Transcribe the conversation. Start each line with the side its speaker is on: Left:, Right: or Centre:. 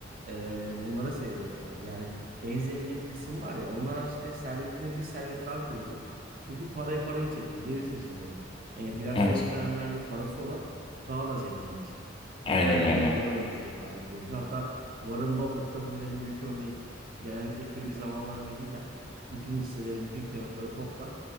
Right: e, bunlara sebebiyet verdi. Yani en zengin kısım var ya onlar işte servetine bir servet daha koydu. Çünkü parayı parayı çekti. Bilirsin şimdi enflasyonist
Left: Evet.
Right: dönemlerde parası olan daha da zenginleşir.
Left: Aynen
Right: Her zaman
Left: öyle.
Right: böyle olmuştur tarih boyunca. Hatta Warren Buffett da bunun en büyük örneği. Genellikle kriz zamanlarında gider. Bütün hisseleri, bütün kağıtları toplar.